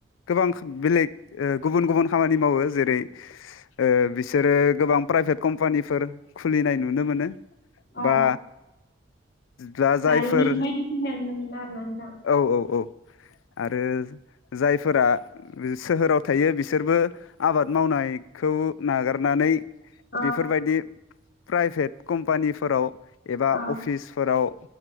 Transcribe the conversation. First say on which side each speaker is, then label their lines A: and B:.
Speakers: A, on the left; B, on the left.
A: गोबां बेलेग ओ गुबुन गुबुन खामा मावो जेरै ओ बिसोरो गोबां प्राइभेट कम्पानिफोर खुलिनाय नुनो मोनो।
B: अ
A: बा दा
B: दारिमिन
A: जायफोर
B: बायदि <unintelligible> ना नोंथां
A: औ औ औ आरो जायफोरा सोहोराव थायो बिसोरबो आबाद मावनायखौ नागारनानै
B: अ
A: बेफोरबायदि प्राइभेट कम्पानिफोराव एबा
B: अ
A: अफिसफोराव